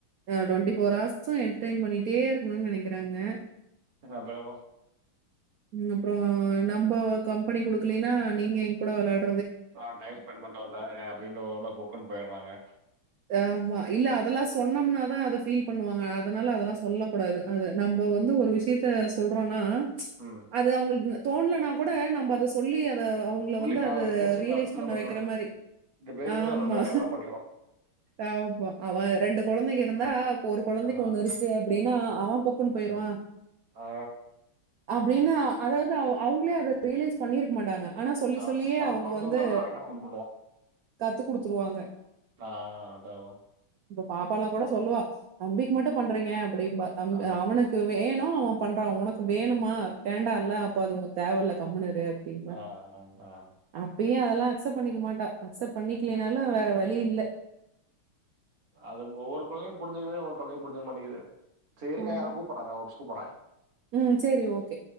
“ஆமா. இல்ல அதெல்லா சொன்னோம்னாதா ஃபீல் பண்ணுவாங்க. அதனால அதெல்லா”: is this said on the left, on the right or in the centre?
Right